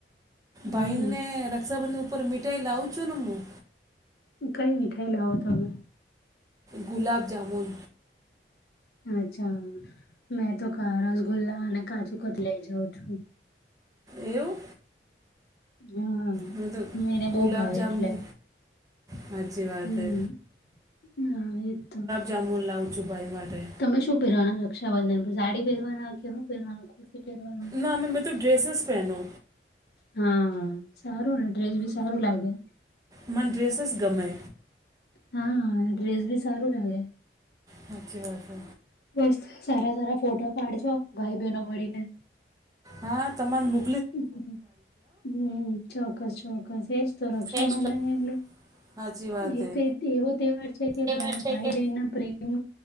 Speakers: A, on the left (about 65°); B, on the right (about 20°).
A: હમ
B: ભાઈને રક્ષાબંધન ઉપર મીઠાઈ લાવું છું ને હું
A: કઈ મીઠાઈ લાવો તમે?
B: ગુલાબ જામુન.
A: અચ્છા, મેં તો રસગુલ્લા અને કાજુ કત લઇ જાઉં છું.
B: એવું?
A: હમ્મ,
B: હું તો
A: એને બહું
B: ગુલાબજામુન
A: ભાવે એટલે.
B: સાચી વાત
A: હમ્મ,
B: હે
A: હા એ તો.
B: જામુન લાવું છું ભાઈ માટે.
A: તમે શું પહેરવાના રક્ષાબંધન પર સાડી પહેરવાના કે શું પહેરવાના? પહેરવાના
B: ના મેમે મેં તો ડ્રેસેસ પહેનો.
A: હા સારું ને ડ્રેસ ભી સારું લાગે.
B: મને ડ્રેસસ ગમે.
A: હા ડ્રેસ ભી સારું લાગે.
B: સાચી વાત છે.
A: બસ સારા સારા ફોટા પાડજો ભાઈ બહેનો મળીને.
B: હા તમાને મુ
A: હમ્મ, હમ્મ, ચોકસ ચોકસ એસ તો રક્ષાબંધન
B: હો એજ તો
A: એટલે
B: સાચી વાત
A: એક
B: હે
A: એવો તહેવાર છે કે
B: એવા
A: ભાઈ
B: છે કે
A: બહેન ના પ્રેમ